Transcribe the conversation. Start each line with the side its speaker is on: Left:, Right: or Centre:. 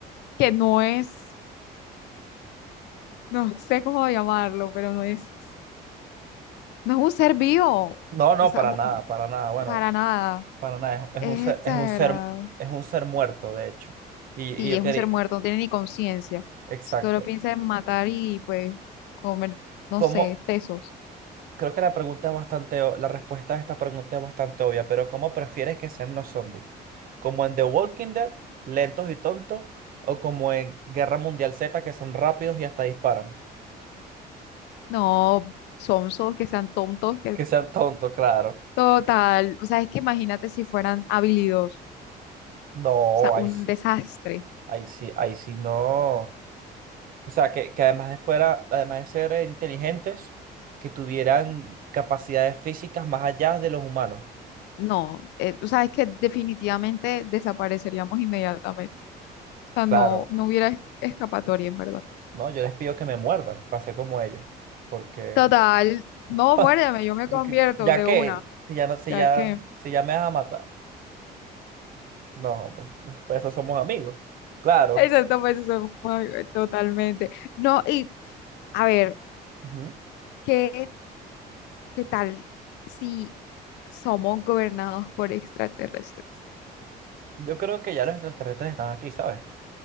Left: que no es, no <laughs> sé cómo llamarlo, pero no es, no es un ser vivo,
Right: No, no,
Left: o sea,
Right: para
Left: bu-
Right: nada, para nada, bueno,
Left: para nada,
Right: para nada, es,
Left: es
Right: es un ser,
Left: exagerado.
Right: es un ser, es un ser muerto, de hecho. Y, y
Left: Sí,
Right: yo
Left: es
Right: quería,
Left: un ser muerto, no tiene ni conciencia.
Right: exacto.
Left: Solo piensa en matar y pues comer, no
Right: ¿Cómo?
Left: sé, sesos.
Right: Creo que la pregunta es bastante, o- la respuesta a esta pregunta es bastante obvia, pero ¿cómo prefieres que sean los zombies? ¿Como en The Walking Dead, lentos y tontos? ¿O como en Guerra Mundial Z, que son rápidos y hasta disparan?
Left: No, sonsos, que sean tontos, que
Right: Que sean tontos, claro.
Left: total. O sea, es que imagínate si fueran habilidosos.
Right: No,
Left: O sea,
Right: ahí
Left: un
Right: sí,
Left: desastre.
Right: ahí sí, ahí sí no. O sea, que, que además de fuera, además de ser eh, inteligentes, que tuvieran capacidades físicas más allá de los humanos.
Left: No, eh, o sea, es que definitivamente desapareceríamos inmediatamente. O sea,
Right: Claro,
Left: no, no hubiera es- escapatoria, en verdad.
Right: no, yo les pido que me muerdan, pase como ellos, porque...
Left: Total, no,
Right: <laughs>
Left: muérdeme, yo me
Right: Porque
Left: convierto
Right: ya
Left: de
Right: que,
Left: una,
Right: si ya no, si
Left: ya
Right: ya,
Left: que.
Right: si ya me vas a matar. No, hombre, pues, por eso somos amigos. Claro.
Left: Exacto, pues eso fue totalmente. No, y a ver,
Right: Ujú.
Left: ¿qué, qué tal si somos gobernados por extraterrestres?
Right: Yo creo que ya los extraterrestres están aquí, ¿sabes?